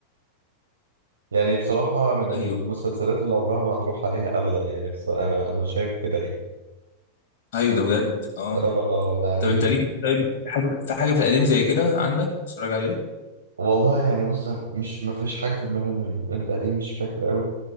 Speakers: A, on the right (about 70°); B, on the left (about 45°).
A: يعني بصراحه من المسلسلات
B: ايوه
A: اللي عمرها ما هتروح عليها ابدا يعني بص- انا انا شايف كده يعني
B: ايوه ده بجد اه
A: اه آه، يعني
B: طب انت ليك طيب في حاجه في حاجه في القديم زي كده عندك تتفرج عليه
A: والله يعني بص مش ما فيش حاجه في دماغي من من القديم مش فاكر قوي